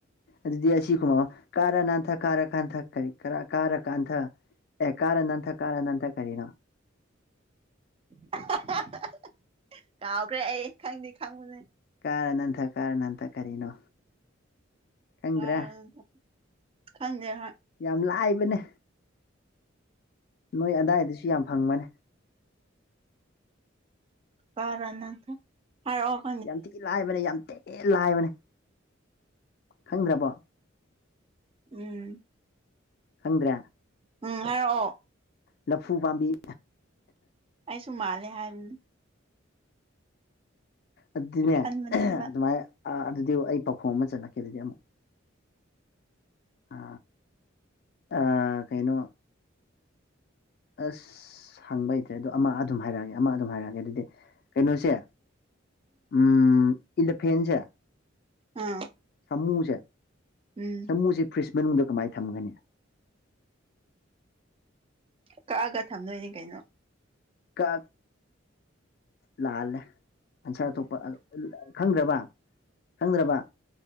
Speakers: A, on the left (about 50°); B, on the right (about 30°).
A: ꯑꯗꯨꯗꯤ ꯑꯁꯤ ꯀꯨꯝꯃꯑꯣ ꯀꯥꯔ ꯅꯥꯟꯊꯛ ꯀꯥꯔ ꯀꯥꯟꯊ ꯀꯔꯤ ꯀꯥꯔ ꯀꯥꯟꯊ ꯑꯦ ꯀꯥꯔ ꯅꯥꯟꯊ ꯀꯥꯔꯅꯥꯟꯊ ꯀꯔꯤꯅꯣ
B: <unintelligible> ꯀꯥꯎꯈ꯭ꯔꯦ ꯑꯩ ꯈꯪꯗꯦ ꯈꯪꯕꯅꯦ
A: ꯀꯥꯔ ꯅꯟꯊ ꯀꯥꯔ ꯅꯟꯊ ꯀꯔꯤꯅꯣ ꯈꯪꯗ꯭ꯔꯦ
B: ꯀꯥꯔ ꯅꯥꯟꯊ ꯈꯪꯗꯦ ꯍꯥꯏ
A: ꯌꯥꯝ ꯂꯥꯢꯕꯅꯦ ꯅꯣꯏ ꯑꯗꯥꯏꯗꯁꯨ ꯌꯥꯝ ꯐꯪꯕꯅꯦ
B: ꯀꯔꯅꯠꯇ ꯍꯥꯢꯔꯛꯑꯣ
A: ꯌꯥꯝ ꯊꯤ ꯂꯥꯏꯕꯅꯦ ꯌꯥꯝ ꯊꯤ ꯂꯥꯏꯕꯅꯦ ꯈꯪꯗ꯭ꯔꯕꯣ
B: ꯎꯝ
A: ꯈꯪꯗ꯭ꯔꯦ
B: ꯎꯝ ꯍꯥꯏꯔꯑꯣ
A: ꯂꯐꯨ ꯄꯥꯝꯕꯤ
B: ꯑꯩꯁꯨꯨꯝ ꯃꯥꯂꯦ ꯍꯥꯏꯅꯤ
A: ꯑꯗꯨꯅꯦ
B: ꯈꯟꯕꯅꯦꯕ
A: ꯑꯗꯨꯃꯥꯏꯅ ꯑ ꯑꯗꯨꯗꯤ ꯑꯩ ꯄꯥꯎꯈꯣꯡ ꯑꯃ ꯆꯠꯂꯛꯀꯦ ꯑꯗꯨꯗꯤ ꯑꯃꯨꯛ ꯑ ꯑ ꯀꯩꯅꯣ ꯑꯁ ꯍꯪꯕ ꯍꯩꯇ꯭ꯔꯦ ꯑꯗꯣ ꯑꯃ ꯑꯗꯨꯝ ꯍꯥꯏꯔꯛꯑꯒꯦ ꯑꯃ ꯑꯗꯨꯝ ꯍꯥꯏꯔꯛꯑꯒꯦ ꯑꯗꯨꯗꯤ ꯀꯩꯅꯣꯁꯦ ꯎꯝ ꯏꯂꯤꯐꯦꯟꯁꯦ
B: ꯎꯝ
A: ꯃꯨꯖꯦ
B: ꯎꯝ
A: ꯁꯃꯨꯖꯦ ꯐ꯭ꯔꯤꯁ ꯃꯅꯨꯡꯗ ꯀꯃꯥꯏ ꯊꯝꯒꯅꯤ
B: ꯀꯛꯑꯒ ꯊꯝꯗꯣꯏꯅꯤ ꯀꯩꯅꯣ
A: ꯀ ꯂꯥꯜꯂꯦ ꯑꯟꯁꯥ ꯑꯇꯣꯞꯄ ꯈꯪꯗ꯭ꯔꯕ ꯈꯪꯗ꯭ꯔꯕ